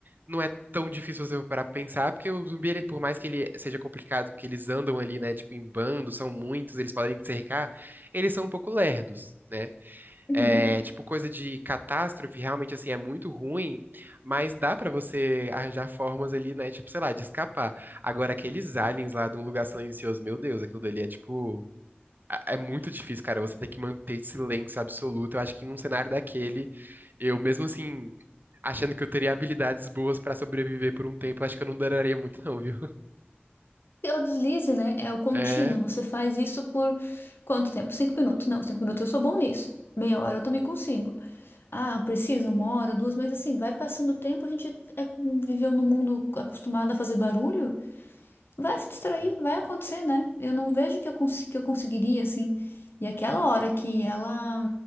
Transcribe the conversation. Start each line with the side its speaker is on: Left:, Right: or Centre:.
Right: não é tão difícil você parar pra pensar, porque o zumbi, ele- por mais que ele seja complicado, porque eles andam ali, né, tipo, em bando, são muitos, eles podem te cercar, eles são um pouco lerdos, né?
Left: Uhum.
Right: É, tipo, coisa de catástrofe, realmente, assim, é muito ruim, mas dá pra você arranjar formas ali, né, tipo, sei lá, de escapar. Agora, aqueles aliens lá de Um Lugar Silencioso, meu Deus, aquilo dali é, tipo... É muito difícil, cara. Você tem que manter silêncio absoluto. Eu acho que num cenário daquele, eu mesmo assim, achando que eu teria habilidades boas pra sobreviver por um tempo, eu acho que eu não duraria muito, não, viu? <laughs>
Left: E o deslize, né? É o contínuo.
Right: É.
Left: Você faz isso por quanto tempo? Cinco minutos. Não, cinco minutos eu sou bom nisso. Meia hora eu também consigo. Ah, precisa uma hora, duas, mas assim, vai passando o tempo, a gente é- viveu num mundo acostumado a fazer barulho, vai se distrair,
Right: É.
Left: vai acontecer, né? Eu não vejo que eu, cons que eu conseguiria, assim. E aquela hora que ela,